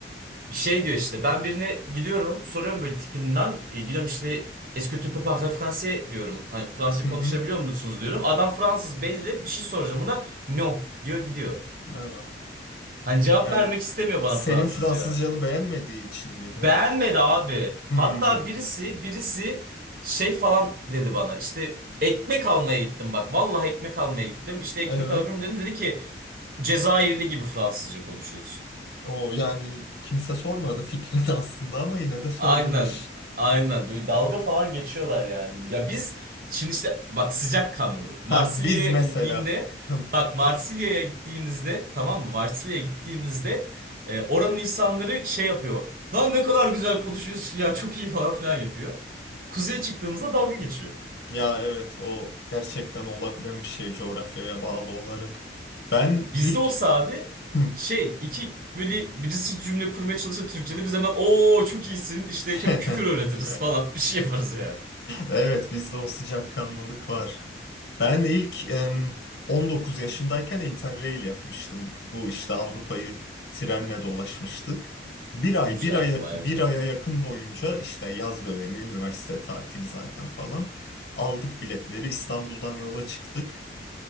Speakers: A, on the right; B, on the left.
A: şey diyor işte ben birine gidiyorum soruyorum böyle tipinden. E, gidiyorum işte Est-ce que tu peux parler français diyorum. Hani Fransızca
B: hı.
A: konuşabiliyor
B: hı.
A: musunuz diyorum. Adam Fransız belli bir şey soracağım ona. No diyor gidiyor.
B: Aa.
A: Hani cevap
B: Yani
A: vermek istemiyor bana
B: senin
A: Fransızca.
B: Fransızcanı beğenmediği için mi
A: Beğenmedi
B: nedir?
A: abi.
B: Hmm,
A: Hatta birisi birisi şey falan dedi bana. İşte ekmek almaya gittim bak. Vallahi ekmek almaya gittim. İşte ekmek
B: evet.
A: alabilir miyim dedim. Dedi ki Cezayirli gibi Fransızca konuşuyorsun.
B: O yani kimse sormadı fikrini <laughs> aslında ama yine de söylemiş.
A: Aynen. Aynen. Böyle dalga falan geçiyorlar yani. Ya biz şimdi işte bak sıcakkanlılık. Marsilya'ya
B: Ha biz mesela.
A: indiğimde
B: Hım,
A: bak Marsilya'ya gittiğimizde tamam mı? Marsilya'ya gittiğimizde e, oranın insanları şey yapıyor. Lan ne kadar güzel konuşuyorsun ya çok iyi falan filan yapıyor. Kuzeye çıktığımızda dalga geçiyor.
B: Ya evet o gerçekten olabilen bir şey coğrafyaya bağlı olarak. Ben
A: Bizde
B: ilk...
A: olsa abi
B: Hım.
A: şey iki böyle birisi cümle kurmaya çalışsa Türkçe'de biz hemen ooo çok iyisin işte
B: <laughs>
A: hep küfür öğretiriz falan bir şey yaparız yani.
B: Evet bizde o sıcakkanlılık var. Ben ilk em, 19 yaşındayken Interrail yapmıştım. Bu işte Avrupa'yı trenle dolaşmıştık. Bir ay,
A: Güzel
B: bir aya,
A: baya güzel.
B: bir aya yakın boyunca işte yaz dönemi, üniversite tatili zaten falan. Aldık biletleri, İstanbul'dan yola çıktık.